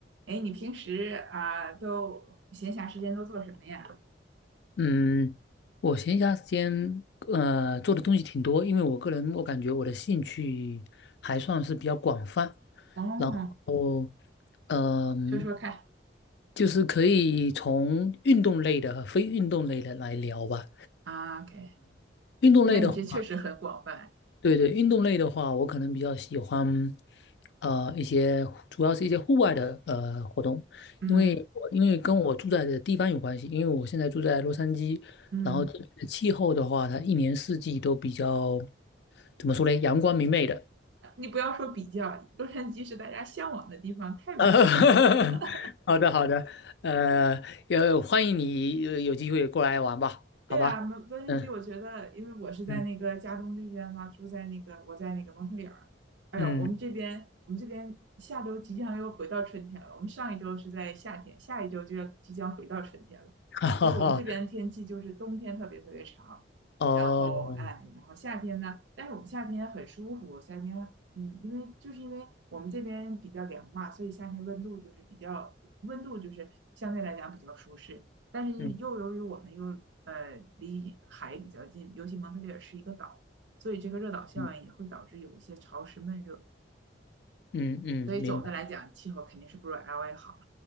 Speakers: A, on the right; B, on the left.
A: 哎，你平时啊、都闲暇时间都做什么呀？
B: 嗯，我闲暇时间呃做的东西挺多，因为我个人我感觉我的兴趣还算是比较广泛，
A: 哦，
B: 然后嗯、
A: 说说看
B: 就是可以从运动类的和非运动类的来聊吧。
A: 啊，OK，
B: 运动类的话，
A: 那你这确实很广泛。
B: 对对，运动类的话，我可能比较喜欢，呃，一些主要是一些户外的呃活动，
A: 嗯
B: 因为我因为跟我住在的地方有关系，因为我现在住在洛杉矶，
A: 嗯，
B: 然后这里的气候的话，它一年四季都比较，怎么说呢，阳光明媚的。
A: 你不要说比较，洛杉矶是大家向往的地方，太美好了。
B: <laughs>
A: <laughs>
B: 好的好的，呃，也欢迎你呃有机会过来玩吧，好吧，
A: 对啊，蒙洛杉矶，
B: 嗯
A: 我觉得，因为我是在那个加东这边嘛，
B: 嗯
A: 住在那个我在那个蒙特利尔。哎呦，
B: 嗯，
A: 我们这边我们这边下周即将又回到春天了。我们上一周是在夏天，下一周就要即将回到春天了。
B: <laughs> 哈哈哈，
A: 所以我们这边天气就是冬天特别特别长，
B: 哦，
A: 然后哎，然后夏天呢，但是我们夏天很舒服，夏天嗯，因为就是因为我们这边比较凉嘛，所以夏天温度就是比较温度就是相对来讲比较舒适。但是又由于我们又呃离海比较近，
B: 嗯
A: 尤其蒙特利尔是一个岛，所以这个热岛效应也会导致有一些潮湿闷热。
B: 嗯嗯嗯，
A: 所以总的来讲，
B: 明白。
A: 气候肯定是不如 LA 好了。